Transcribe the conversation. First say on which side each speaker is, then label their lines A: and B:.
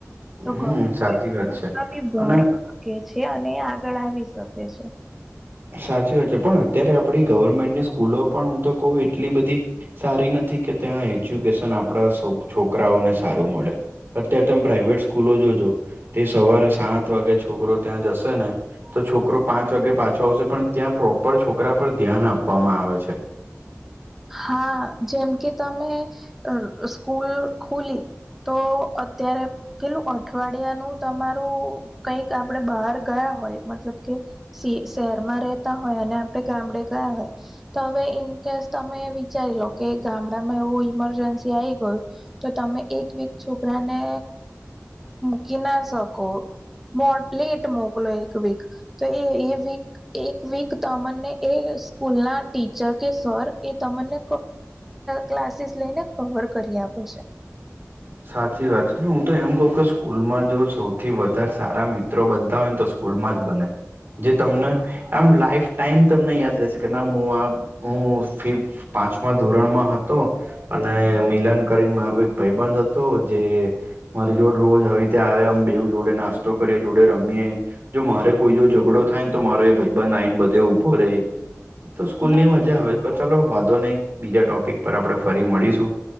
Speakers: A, on the right (about 45°); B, in the centre.
A: હમ
B: ભણી.
A: સાચી વાત
B: <unintelligible>
A: છે. અને
B: કે છે, અને આગળ આવી શકે છે.
A: સાચી વાત છે, પણ અત્યારે આપડી ગવર્મેન્ટની સ્કૂલો પણ હું તો કહું એટલી બધી સારી નથી કે, ત્યાં એજ્યુકેશન આપડા છોકરાઓને સારું મળે. અત્યારે તમે પ્રાઈવેટ સ્કૂલો જોજો. તે સવારે સાત વાગે છોકરો ત્યાં જશે ને, તો છોકરો પાંચ વાગે પાછ પણ ત્યાં પ્રોપર છોકરા પર ધ્યાન આપવામાં આવે છે.
B: હા, જેમ કે તમે સ્કૂલ ખુલી. તો અત્યારે પેલું અઠવાડિયાનું તમારું કઈક આપડે બહાર ગયા હોય, મતલબ કે શહેરમાં રહેતા હોય, અને આપણે ગામડે ગયા હોય તો, હવે ઇન કેસ તમે વિચારી લો કે, ગામડામાં એવું ઈમરજન્સી આવી ગયું. તો એક વીક છોકરાને મૂકી ના શકો. મો પલેટ મોકલોયો એક વીક તો એ વીક, એક વીક તમને એ સ્કૂલ ના ટીચર કે સર એ તમને ક્લાસીસ લઈને કવર આપે છે.
A: સાચી વાત છે ને, હું તો એમ કહ કે, સ્કૂલમાં જો સૌથી વધારે સારા મિત્રો બનતા હોય ને તો. સ્કૂલમાં બને, જે તમને આમ લાઈફ ટાઈમ તમને યાદ કે હું આ હું ફી પાંચમા ધોરણમાં હતો. અને મિલન કરીને, મારો એક ભાઈબંધ હતો જે મારી જોડ રોજ હવે ત્યાં આવે, અમ બેવ જોડે નાસ્તો કરીએ, જોડે રમીએ. જો મારે કોઈ જો ઝઘડો થાય ને, તો મારો એ ભાઈબંધ આઈને, બધે ઊભો રહે. તો સ્કૂલ
B: ના,
A: ની મજા આવે પર ચલો વાંધો નહી બીજા ટોપિક પર આપણેે ફરી મળીશું.